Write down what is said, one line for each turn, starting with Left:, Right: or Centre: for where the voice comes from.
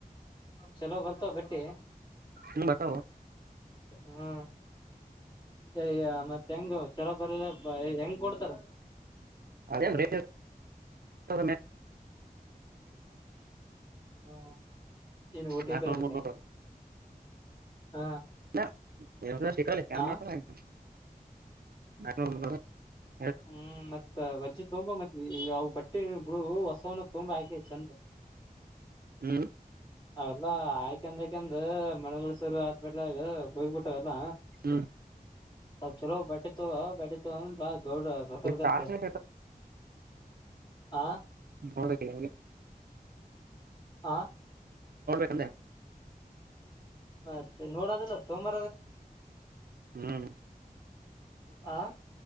Left: ಚಲೋ ಬರ್ತವ ಬಟ್ಟಿ
Right: ನೀ ಬತ
Left: ಹ್ಮ ಅಯ್ಯ ಮತ್ತೆ ಹೆಂಗ ಚಲೋ ಬರಿಲ್ಲ ಹೆಂಗ್ ಕೊಡ್ತಾರ
Right: ಅದೇ ರಂತ
Left: ಹಾ ಏನು ಟಕಳ್ಬೇಕ
Right: ನಾಲ್ಕುನೂರು ಮುನ್ನೂರು
Left: ಹಾ
Right: ಶತ
Left: ಹಾ
Right: ನಕ
Left: ಹ್ಮ್ ಮತ್ ವಜ್ಜ ತೊಂಬ ಮತ್ತೆ ಅವವು ಬಟ್ಟೆ ಹಳ ಹೊಸವನು ತುಂಬಾ ಆಾಕೆ ಚಂದ
Right: ಹ್ಮ್
Left: ಅವಲ್ಲಾ ಆಯ್ಕಂದಕಂದ ಮಣಗಸುರು ಆ ಟ್ ಇ ಬೋಗಬಿಟ್ಟಾವ ಎಲ್ಲ
Right: ಹ್ಮ್
Left: ಸ್ಲ್ ಚಲೋ ಬಟ್ಟತ್ತು ಬಟ್ಟತ್ತು ಹಾ ಗೌಡ ಸಕ್ಕರ್ ಕತ್ಲೆ
Right: ಟಾರ್ಚನೆ
Left: ಹ
Right: ನೋಡ್ಬೇಕ
Left: ಆ
Right: ಅಲ
Left: ಮತ್ತೆ ನೋಡೋದಲ್ಲ ತೋಮ
Right: ಹ್ಮ್
Left: ಆ